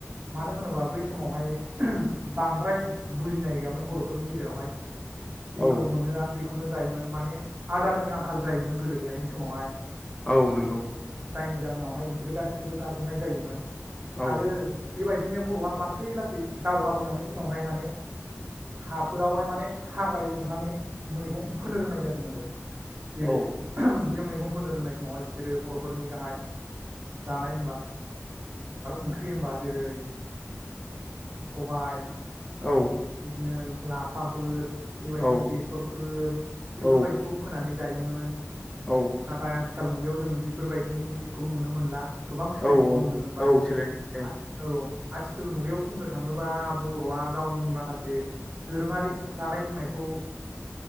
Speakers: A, on the right; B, on the left.
A: मानो होनोबा बै समावहाय बांद्राय बुजिनाय गैयामोन बर'फोरनि गेजेरावहाय जेखौ
B: औ
A: मोनो बे खौनो जायोमोन माने आदारनि आंखाल जायोमोन गोदो गोदायनि समावहाय
B: औ नंगौ
A: जायनि जाहोनावहाय बिसोरो गासिखौबो जाजोबनाय जायोमोन आरो
B: औ
A: बेबायदि बिदिनो बर'आ लासै लासै दावगाबोनानै उनावहाय माने हाफोरावहाय माने हाग्रा एवनानै मैगं फोनो रोंनाय जादों आरो। जेरै
B: औ
A: बे मैगं फोनो रोंनाय समावहाय बिसोरो बर'फोरनि गाहाइ जानाय होनबा ओंख्रि होनबा जेरै सबाय
B: औ
A: बिदिनो लाफाफोर बेबायदिनो
B: औ
A: बेसरफोर बेफोरबायदिखौ
B: औ
A: फोनानै जायोमोन नाथाय
B: औ
A: आ थिखाल मुगायाव जों बेफोरबायदिनिखौ नुनो मोनला गोबां सोलायनायखौ
B: औ
A: नुनो मोनबाय
B: औ सोलायनाय
A: आरो औ आथिखाल मुगायाव बुंनो थाङोब्ला बर'आ गावनि माखासे माखासे दोरोङारि जानाय लोंनायखौ